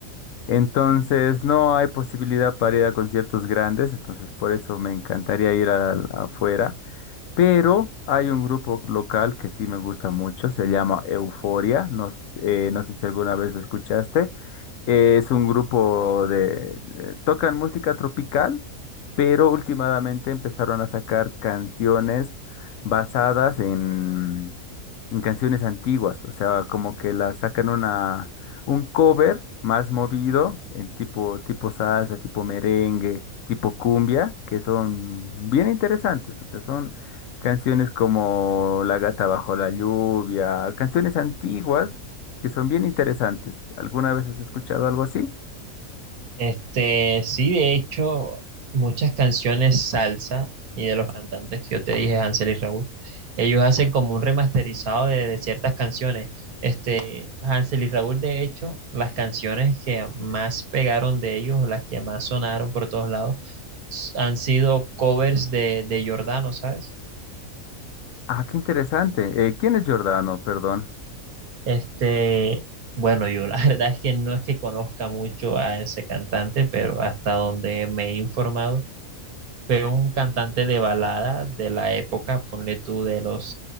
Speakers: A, on the left; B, on the right.
A: Entonces, no hay posibilidad para ir a conciertos grandes, entonces por eso me encantaría ir al- afuera. Pero hay un grupo local que sí me gusta mucho, se llama Euforia, no, s- eh, no sé si alguna vez lo escuchaste. Eh, es un grupo de... eh, tocan música tropical, pero últimamente empezaron a sacar canciones basadas en, en canciones antiguas, o sea, como que las sacan una, un cover más movido, en tipo, tipo salsa, tipo merengue, tipo cumbia, que son bien interesantes, o sea, son... Canciones como La gata bajo la lluvia, canciones antiguas que son bien interesantes. ¿Alguna vez has escuchado algo así?
B: Este, sí, de hecho, muchas canciones salsa y de los cantantes que yo te dije, Hansel y Raúl, ellos hacen como un remasterizado de, de ciertas canciones. Este, Hansel y Raúl, de hecho, las canciones que más pegaron de ellos, o las que más sonaron por todos lados, s- han sido covers de, de Giordano, ¿sabes?
A: Ah, qué interesante. Eh, ¿quién es Giordano? Perdón.
B: Este, bueno, yo la <laughs> verdad es que no es que conozca mucho a ese cantante, pero hasta donde me he informado, fue un cantante de balada de la época, ponle tú de los